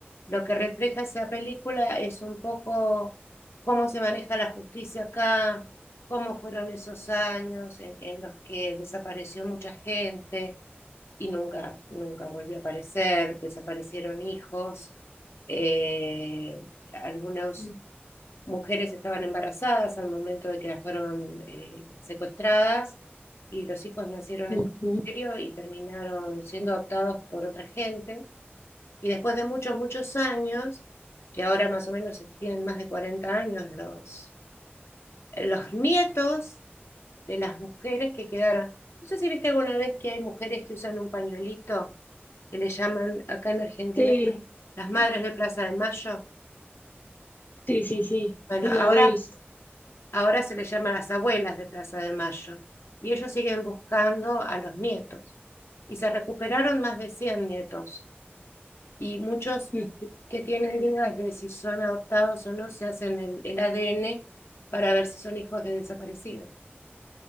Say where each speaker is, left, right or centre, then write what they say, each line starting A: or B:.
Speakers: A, on the left; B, on the left.
A: lo que refleja esa película es un poco cómo se maneja la justicia acá, cómo fueron esos años en, en los que desapareció mucha gente y nunca, nunca volvió a aparecer, desaparecieron hijos, eh, algunas
B: Mm,
A: mujeres estaban embarazadas al momento de que las fueron eh, secuestradas y los hijos nacieron
B: Ujú.
A: en cautiverio y terminaron siendo adoptados por otra gente. Y después de muchos, muchos años, que ahora más o menos tienen más de 40 años los, eh, los nietos de las mujeres que quedaron. No sé si viste alguna vez que hay mujeres que usan un pañuelito que le llaman acá en Argentina
B: Sí,
A: las madres de Plaza de Mayo.
B: sí, sí, sí,
A: Bueno,
B: sí las
A: ahora,
B: he visto.
A: ahora se les llama las abuelas de Plaza de Mayo. Y ellos siguen buscando a los nietos. Y se recuperaron más de 100 nietos. y muchos
B: Mm,
A: que tienen dudas de si son adoptados o no se hacen el, el ADN para ver si son hijos de desaparecidos.